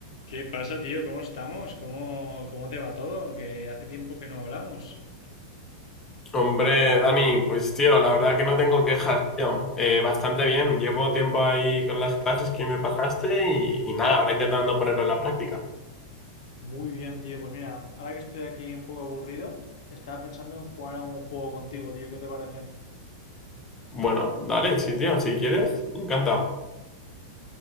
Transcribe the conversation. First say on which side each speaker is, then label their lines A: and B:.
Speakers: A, on the left; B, on the left.
A: ¿Qué pasa, tío? ¿Cómo estamos? ¿Cómo, cómo te va todo? Que hace tiempo que no hablamos.
B: Hombre, Dani, pues tío, la verdad que no tengo quejas, tío. Eh, bastante bien. Llevo tiempo ahí con las clases que me pasaste y, y nada, ahora intentando ponerlo en la práctica.
A: Muy bien, tío. Pues mira, ahora que estoy aquí un poco aburrido, estaba pensando en jugar a un juego contigo, tío. ¿Qué te parece?
B: Bueno, dale, sí, tío, si quieres, yo encantado.